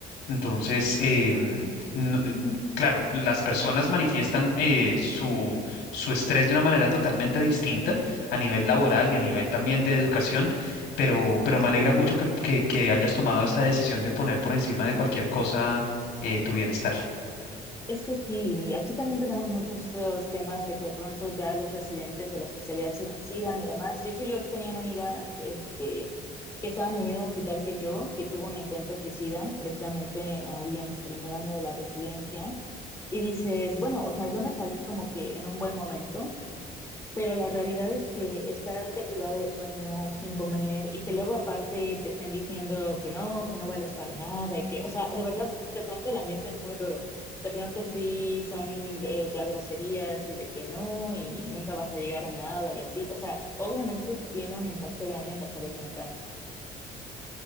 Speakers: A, on the left (about 80°); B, on the left (about 15°).
A: Entonces, em, no- eh, n- claro, las personas manifiestan eh, su, su estrés de una manera totalmente distinta a nivel laboral y a nivel también de educación, pero, pero me alegra mucho que, que- que hayas tomado esa decisión de poner por encima de cualquier cosa eh, tu bienestar.
B: Es que sí, y aquí también tenemos muchos los temas de que de pronto ya los residentes de la especialidad se suicidan y demás. De hecho, yo tenía una amiga este, que estaba en el mismo hospital que yo, que tuvo un intento suicida, precisamente ahí en su primer año de la residencia, y dices, bueno, o sea, yo me salí como que en un buen momento, pero la realidad es que estar deprivado de sueño, sin comer, y que luego aparte te estén diciendo que no, que no vales para nada, y que, o sea, de verdad, de pronto el ambiente es muy duro. De pronto sí son de, de a groserías y de que no, y nunca vas a llegar a nada, y así. O sea, obviamente tiene un impacto grande en la salud mental.